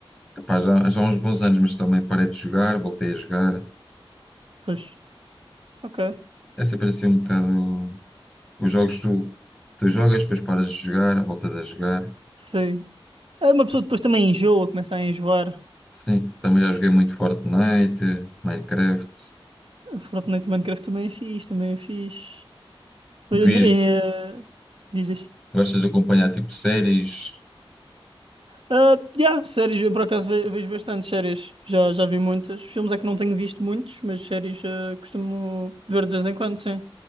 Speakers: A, in the centre; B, on the right.
A: Epá, já, já há uns bons anos, mas também parei de jogar, voltei a jogar.
B: Pois. Ok.
A: É sempre assim um bocado. Os jogos tu, tu jogas, depois paras de jogar, voltas a jogar.
B: Sim. Ah, uma pessoa depois também enjoa, começa a enjoar.
A: Sim, também já joguei muito Fortnite, Minecraft.
B: Fortnite e Minecraft também é fixe, também é fixe. Eh,
A: Vi,
B: eh, Diz isto.
A: gostas de acompanhar tipo séries,
B: Ah, yeah, séries, eu por acaso ve- vejo bastante séries, já, já vi muitas. Filmes é que não tenho visto muitos, mas séries ah, costumo ver de vez em quando, sim.